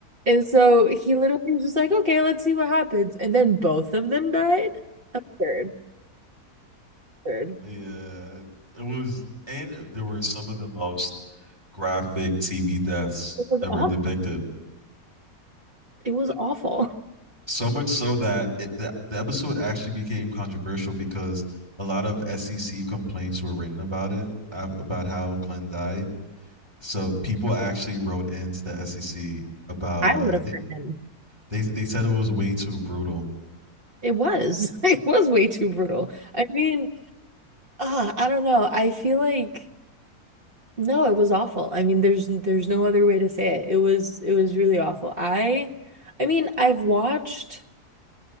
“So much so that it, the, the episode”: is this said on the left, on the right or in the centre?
Right